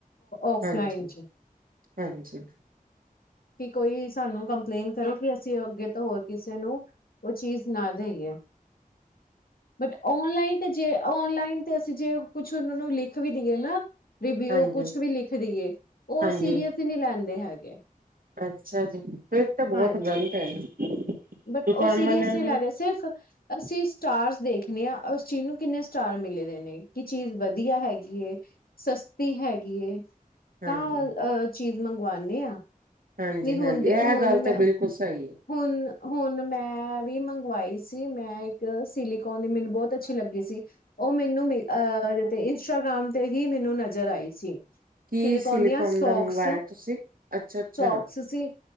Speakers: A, on the left; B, on the right.
A: ਔਫਲਾਈਨ
B: ਹਾਂਜੀ
A: ਚ
B: ਹਾਂਜੀ
A: ਕਿ ਕੋਈ ਸਾਨੂੰ ਕੰਪਲੇਂਨ ਕਰੇ ਕਿ ਅਸੀਂ ਅੱਗੇ ਤੋਂ ਹੋਰ ਕਿਸੇ ਨੂੰ ਉਹ ਚੀਜ਼ ਨਾ ਦੇਈਏ ਬਟ ਔਨਲਾਈਨ ਤੇ ਜੇ ਔਨਲਾਈਨ ਤੇ ਅਸੀਂ ਜੇ ਕੁਛ ਉਹਨਾਂ ਨੂੰ ਲਿਖ ਵੀ ਦੇਈਏ ਨਾ ਰਿਵਿਊ
B: ਹਾਂਜੀ
A: ਕੁਛ ਵੀ ਲਿਖ ਦਈਏ ਉਹ
B: ਹਾਂਜੀ
A: ਸੀਰੀਅਸ ਹੀ ਨਹੀਂ ਲੈਂਦੇ ਹੈਗੇ <inaudible>
B: ਅੱਛਾ ਜੀ ਤੇ ਬਹੁਤ
A: ਹਾਂਜੀ
B: ਗ਼ਲਤ ਹੈ ਨਾ
A: ਬਟ
B: ਦੁਕਾਨ
A: ਉਹ ਸੀਰੀਅਸ
B: ਵਾਲਿਆਂ ਨੂੰ
A: ਨਹੀਂ ਲੈਂਦੇ ਸਿਰਫ ਅਸੀਂ ਸਟਾਰਸ ਦੇਖਣੇ ਆ ਉਸ ਚੀਜ਼ ਨੂੰ ਕਿੰਨੇ ਸਟਾਰ ਮਿਲੇ ਦੇ ਨੇ ਕਿ ਚੀਜ਼ ਵਧੀਆ ਹੈਗੀ ਸਸਤੀ ਹੈਗੀ
B: ਹਾਂਜੀ
A: ਤਾਂ ਅ ਚੀਜ਼ ਮੰਗਵਾਂਣੇ ਆ
B: ਹਾਂਜੀ
A: ਵੀ ਹੁਣ
B: ਹਾਂਜੀ
A: ਦੇ
B: ਇਹ
A: ਹੁਣ
B: ਗੱਲ
A: ਮੈਂ
B: ਤਾਂ ਬਿਲਕੁਲ ਸਹੀ ਹੈ
A: ਹੁਣ ਹੁਣ ਮੈਂ ਵੀ ਮੰਗਵਾਈ ਸੀ ਮੈਂ ਇੱਕ ਸੀਲੀਕੋਨ ਦੀ ਮੈਨੂੰ ਬਹੁਤ ਅੱਛੀ ਲੱਗੀ ਸੀ ਉਹ ਮੈਨੂੰ ਅਹ ਇੰਸਟਾਗ੍ਰਾਮ ਤੇ ਹੀ ਮੈਨੂੰ ਨਜ਼ਰ ਆਈ ਸੀ ਸੀਲਿਕੋਂਣ
B: ਕੀ ਸਿਲੀਕੋਨ
A: ਦੀਆਂ ਸੋਕਸ
B: ਦਾ ਮੰਗਵਾਇਆ ਤੁਸੀਂ? ਅੱਛਾ-ਅੱਛਾ,
A: ਸੋਕਸ ਸੀ